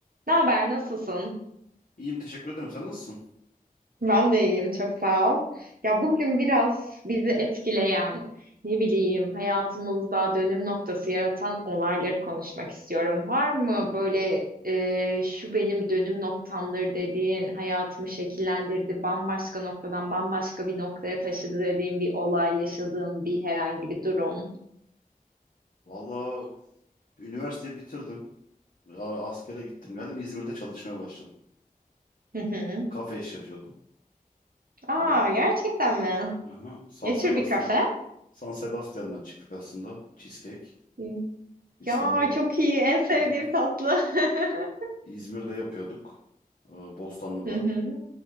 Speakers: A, on the right; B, on the left.
A: Ne haber, nasılsın?
B: İyiyim teşekkür ederim. Sen nasılsın?
A: Ben de iyiyim, çok sağ ol. Ya bugün biraz bizi etkileyen, ne bileyim, hayatımızda dönüm noktası yaratan olayları konuşmak istiyorum. Var mı böyle e, şu benim dönüm noktamdır dediğin, hayatımı şekillendirdi, bambaşka noktadan bambaşka bir noktaya taşıdı dediğin bir olay, yaşadığın bir herhangi bir durum?
B: Valla üniversiteyi bitirdim. A- Askere gittim geldim. İzmir'de çalışmaya başladım.
A: Hı hı.
B: Kafe işletiyordum.
A: Aa,
B: Ee,
A: gerçekten mi?
B: aha, San
A: Ne
B: Sebastian.
A: tür bir kafe?
B: San Sebastian'dan çıktık aslında. Cheesecake.
A: Hı.
B: İstanbul'da.
A: Ya çok iyi, en sevdiğim
B: Aha.
A: tatlı. <laughs>
B: İzmir'de yapıyorduk. Ee, Bostanlı'da.
A: Hı hı.